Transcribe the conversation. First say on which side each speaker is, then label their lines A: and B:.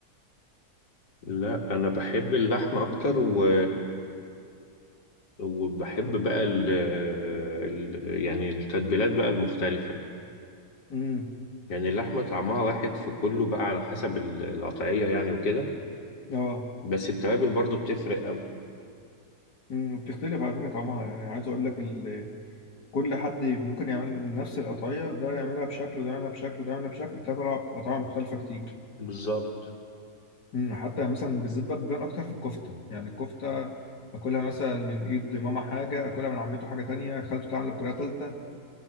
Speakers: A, on the left; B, on the left.
A: لا انا بحب اللحمه اكتر و... وبحب بقى ال ال يعني التتبيلات بقى المختلفة
B: امم
A: يعني اللحمة طعمها واحد في كله بقى على حسب ال- القطعية يعني وكده
B: اه
A: بس التوابل برضو بتفرق قوي
B: امم بتختلف على فكرة طعمها يعني عايز أقول لك ال... كل حد ممكن يعمل نفس القطعية ده يعملها بشكل وده يعملها بشكل وده يعملها بشكل بتطلع قطعية مختلفة كتير
A: بالظبط
B: مم، حتى مثلا بالذات بقى بيبان اكتر في الكفته يعني الكفته اكلها مثلا من ايد ماما حاجه اكلها من عمته حاجه تانية خالته تعملها بطريقه تالتة